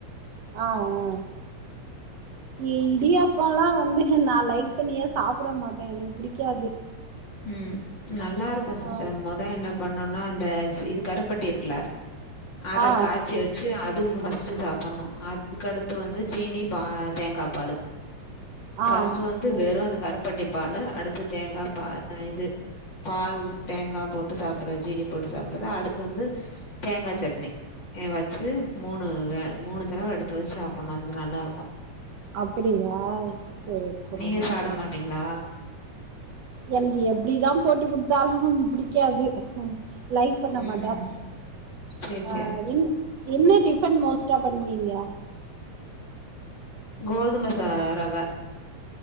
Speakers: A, on the right; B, on the left.
A: ஆ ஆ ஏ இடியாப்பல்லா வந்து நா லைக் பன்னியே சாப்ட மாட்டேன் எனக்கு புடிக்காது
B: ம் நல்லா இருக்கும் சிஸ்டர்
A: ஆ
B: மொத என்ன பண் ணணுன்னா அந்த இது கருப்பட்டி இருக்குல அத
A: ஆ
B: காச்சி வச் சி அதும் ஃபஸ்ட்டு சாப்பணும் அதுக்கடுத்து வந்து சீனி பா தேங்கா பாலு
A: ஆ ஆ
B: பஸ்ட்டு வந்து
A: ஓ
B: வெறும் அந்த கருப்பட்டி பால்ல அடுத்து தேங்கா பால் இது பால் தேங்கா போட்டு சாப்பற ஜீனி போட்டு சாப்படறத அடுத்து வந்து தேங்கா சட்னி இது வச்சி மூணு வே மூணு தடவ எடுத்து வச்சி சாப்பணும் அது நல்லா இருக்கும்
A: அப்டியா செரி செரி
B: நீங்க
A: ஓகே
B: சாப்ட
A: ஓகே
B: மாட்டீங்களா
A: எனக்கு எப்டிதான் போட்டு குடுத்தாலும் புடிக்காது ம் லைக் பண்ண
B: ம்
A: மாட்டே
B: ம் சேரி
A: ஆ
B: சேரி
A: என் என்ன டிஃபன் மோஸ்ட்டா பண்ணுவீங்க
B: கோதுமை ச ரவ